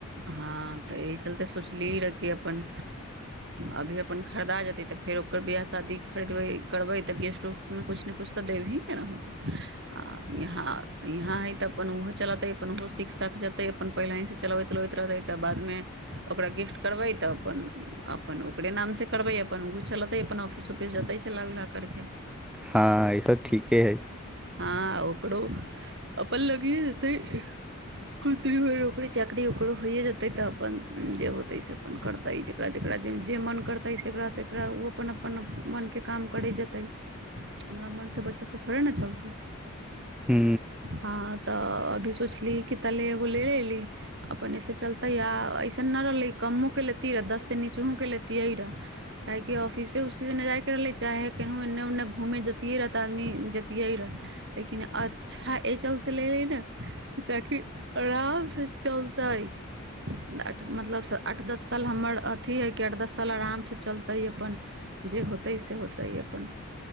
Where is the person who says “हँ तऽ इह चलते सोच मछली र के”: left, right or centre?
Right